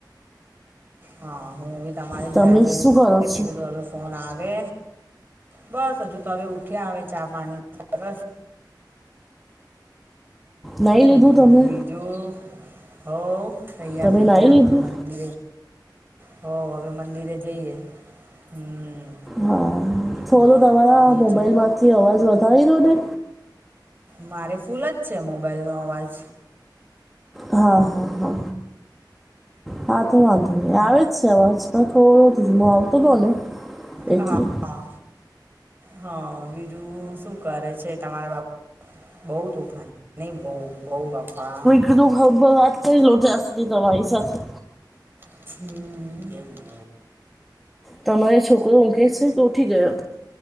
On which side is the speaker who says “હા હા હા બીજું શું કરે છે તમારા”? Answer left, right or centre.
Right